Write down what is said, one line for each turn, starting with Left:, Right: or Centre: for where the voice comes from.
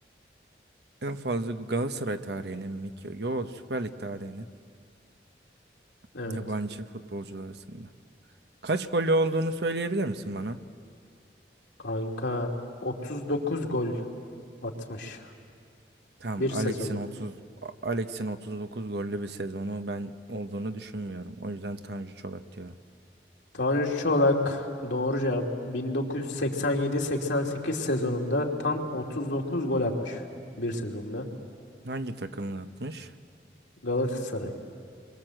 Right: en fazla Galatasaray tarihinin mi ki? Yo Süper Lig tarihinin
Left: Evet.
Right: yabancı futbolcular arasında. Kaç golü olduğunu söyleyebilir misin bana?
Left: Kanka 39 gol atmış
Right: Tamam
Left: bir sezonda.
Right: Alex'in 30 A- Alex'in 39 gollü bir sezonu ben olduğunu düşünmüyorum. O yüzden Tanju Çolak diyorum.
Left: Tanju Çolak doğru cevap 1987-88 sezonunda tam 39 gol atmış bir sezonda.
Right: Hangi takımla atmış?
Left: Galatasaray.